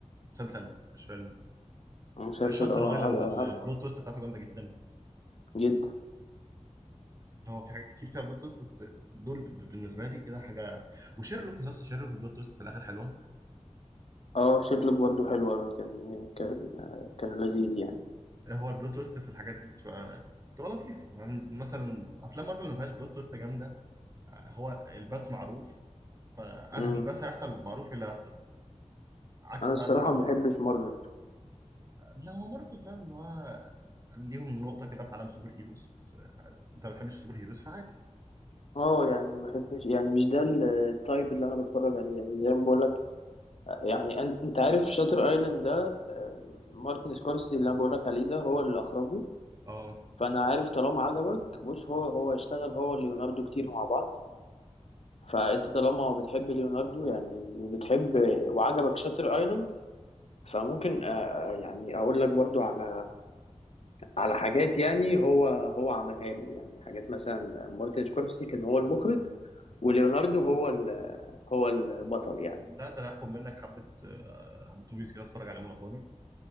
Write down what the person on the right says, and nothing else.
مسلسل مش فيلم
شاتر
ايلاند
ال-
البلوت تويست بتاعته جامده جدا
اللي هو في حاجات كتير فيها بلوت تويست بس دول ب- ب- بالنسبه لي كده حاجه وشيرلوك مسلسل شيرلوك البلوت تويست في الاخر حلوه
هو البلوت تويست في الحاجات دي بتبقى بتبقى لطيف يعني مثلا افلام مارفل اللي ما فيهاش بلوت تويست جامده هو الباس معروف فاخر
الباس هيحصل معروف إيه اللي هيحصل عكس
بقى اللي انا قلته
لا هو مارفل فاهم اللي هو ليهم نقطه كده في عالم سوبر هيروز بس انت ما بتحبش السوبر هيروز فعادي
اه
لا ده انا هاخد منك حبه آه، حبه موفيز كده اتفرج عليهم وانا فاضي